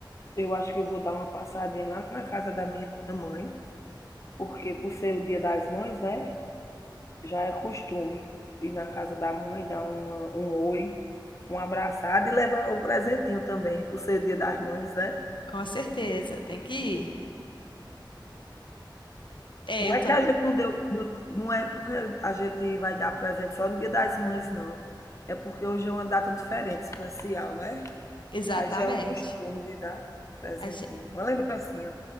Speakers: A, on the left; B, on the left.
A: eu acho que eu vou dar uma passadinha lá na casa da minha mãe, porque por ser o Dia das Mães, né? Já é costume ir na casa da mãe, dar uma- um oi, um abraçado e levar um presentinho também, por ser Dia das Mães, né?
B: Com certeza, tem que ir. É,
A: Não
B: eu
A: é
B: também.
A: que a gente não deu, não não é porque a gente vai dar presente só no Dia das Mães, não. É porque hoje é uma data diferente, especial, né?
B: Exatamente.
A: Aí já é o costume de dar presentinho,
B: A ge-
A: uma lembrancinha.